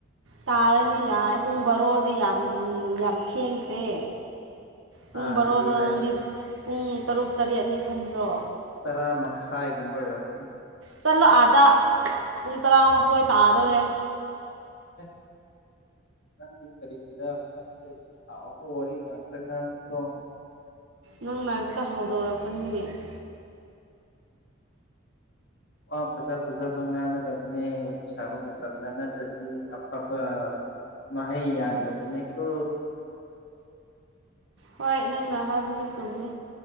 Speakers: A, on the right; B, on the left.
A: ꯇꯥꯔꯅꯤ ꯌꯥꯔꯦ ꯄꯨꯡ ꯕꯥꯔꯣꯗꯤ ꯌꯥꯝ-ꯌꯥꯝ ꯊꯦꯡꯈ꯭ꯔꯦ ꯄꯨꯡ
B: ꯇꯥꯗ꯭ꯔꯤ
A: ꯕꯥꯔꯣꯗꯣ
B: ꯍꯥꯏꯕꯅꯤ
A: ꯅꯪꯗꯤ ꯄꯨꯡ ꯇꯔꯨꯛ ꯇꯔꯦꯠꯅꯤ ꯈꯟꯕ꯭ꯔꯣ
B: ꯇꯔꯥ ꯃꯈꯥꯏꯒꯨꯝꯕ ꯑꯣꯏꯔꯝꯒꯅꯤ
A: ꯆꯠꯂꯣ ꯑꯥꯗ ꯄꯨꯡ ꯇꯔꯥꯃꯥꯊꯣꯏ ꯇꯥꯗꯧꯔꯦ
B: ꯑꯦ ꯅꯪꯗꯤ ꯀꯔꯤꯒꯤꯔ ꯍꯟꯗꯛꯁꯦ ꯁꯥꯎꯕ ꯋꯥꯔꯤ ꯉꯥꯛꯇ ꯉꯥꯡꯉꯤꯗꯣ
A: ꯅꯪꯅ ꯍꯦꯛꯇ ꯍꯧꯗꯣꯔꯛꯄꯅꯤꯅꯦ
B: ꯋꯥ ꯐꯖ ꯐꯖꯕ ꯉꯥꯡꯒꯗꯧ ꯋꯥꯔꯤ ꯁꯥꯕ ꯃꯇꯝꯗ ꯅꯠꯇ꯭ꯔꯗꯤ ꯑꯐꯕ ꯃꯍꯩ ꯌꯥꯟꯗꯕꯅꯤ ꯀꯣ
A: ꯍꯣꯏ ꯅꯪꯅ ꯍꯥꯏꯕꯁꯨ ꯆꯨꯝꯃꯤ